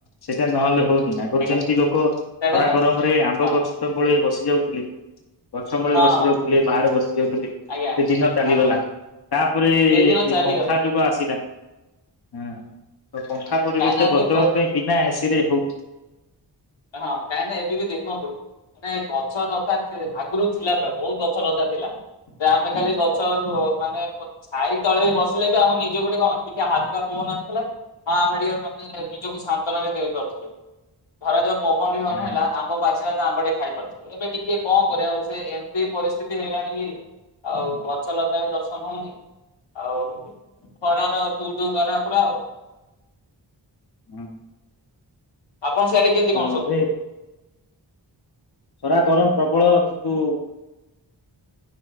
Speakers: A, on the left; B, on the left.
A: ସେଇଟା ନହେଲେ ହଉନି ଆଗରୁ
B: ଆଜ୍ଞା
A: ଯେମିତି ଲୋକ ଖରା
B: ସେଇଟା ନ
A: ଗରମ ରେ ଆମ୍ବ
B: ହଁ
A: ଗଛ ମୂଳେ ବସି ଯାଉ ଥିଲେ। ଗଛ ମୂଳେ
B: ହଁ
A: ବସି
B: ହଁ
A: ଯାଉଥିଲେ, ବାହାରେ ବସି ଯାଉଥିଲେ,
B: ଆଜ୍ଞା।
A: ସେ ଦିନ ଚାଲିିଗଲା।
B: ଆଜ୍ଞା
A: ତାପରେ
B: ସେଇଦିନ ଚାଲିଗଲେ
A: ଏ ପଙ୍ଖା ଯୁଗ ଆସିଲା। ହଁ ତ ପଙ୍ଖା ପରିବର୍ତ୍ତେ
B: କାହିଁକିନା ଏବେ
A: ବର୍ତ ତମ ପାଇଁ ବିନା ଏସିରେ ହଁ
B: ହଁ କାହିଁକି ନା ଏବେ ବି ଦେଖନ୍ତୁ ମାନେ ଗଛ ଉ ଆଗରୁ ଥିଲା ପରା ବହୁତ ଗଛ ଲତା ଥିଲା । ବେ ଆମେ ଖାଲି ଗଛ ମାନେ ଛାଇ ତଳେ ବି ବସିଲେ ବି ଆମ ନିଜକୁ ଗୋଟେ କଣ ଟିକେ ହାଲୁକା ପଵନ ଆସୁଥିଲା ହଁ ଆମେ ଟିକେ ନିଜକୁ ସାନ୍ତୋନା ସେ କରୁଥିଲୁ ଭରାଜାଉ ପବନ ବି ନ
A: ହଁ
B: ହେଲା ଆମ୍ବ ପାଚି ସିରେ ଆମ୍ବ ଟେ ଖାଇପାରୁିଥିଲେ। ଏବେ ଟିକେ କଣ କରିବା ସେ ସେଇ ପରିସ୍ଥି ତି ହେଇଗଲାଣି କି ଆଉ ଗଛ ଲତା ବି ଦର୍ଶନ ହଉନି। ଆଉ ଖରାର ଢୁ ଢୁ ଖରା ପୁରା ଆଉ ।
A: ହଁ।
B: ଆପଣ ସିଆଡେ କେମିତି
A: ତ
B: କଣ ସବୁ?
A: ଏବେ ସରା ଗରମ ପ୍ରବଳ କିନ୍ତୁ